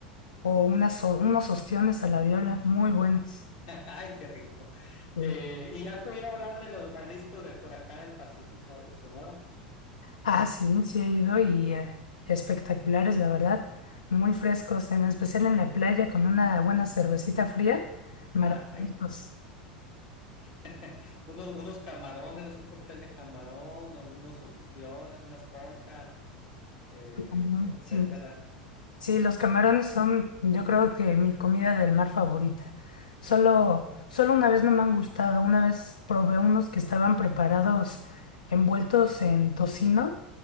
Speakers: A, on the left (about 70°); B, on the left (about 50°).
A: o unas, o- unos ostiones a la diola, muy buenos.
B: <laughs> Ay, qué rico.
A: Mm.
B: Eh, ¿y has oído hablar de los mariscos de por acá del Pacífico de Sonora?
A: Ah, sí, sí he ido y eh, espectaculares, la verdad, muy frescos, en especial en la playa con una buena cervecita fría, maravillosos.
B: Ay, joder. <laughs> unos, unos camarones, es un cóctel de camarón, o unos ostiones, unas conchas, eh,
A: También,
B: etcétera.
A: sí. Sí, los camarones son, yo creo que mi comida del mar favorita. Solo, solo una vez no me han gustado. Una vez probé unos que estaban preparados envueltos en tocino